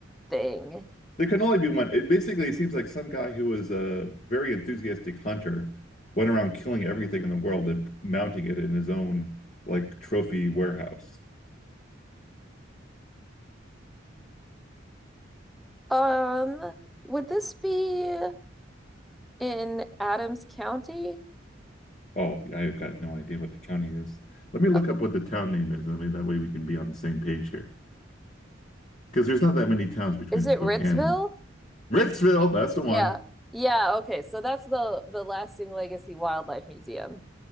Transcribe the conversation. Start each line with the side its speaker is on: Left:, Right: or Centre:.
Centre: thing.
Left: There can only be one. It basically seems like some guy who was a very enthusiastic hunter went around killing everything in the world and mounting it in his own like trophy warehouse.
Centre: Um, would this be in Adams County?
Left: Oh, yeah, I've got no idea what the county is. Let me look
Centre: Uh,
Left: up what the town name is, and we- that way we can be on the same page here. Because there's not that many towns between
Centre: Is it
Left: Spokane
Centre: Ritzville?
Left: and Ritzville. That's the one.
Centre: Yeah. Yeah, okay. So that's the the Lasting Legacy Wildlife Museum.